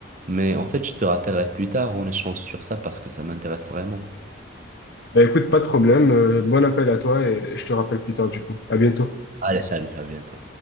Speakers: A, on the right; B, on the left.
A: Mais en fait, je te rappellerai plus tard, on échange sur ça parce que ça m'intéresse vraiment.
B: Bah, écoute, pas de problème. Euh, bon appel à toi et je te rappelle plus tard du coup. À bientôt.
A: Allez, salut, à bientôt.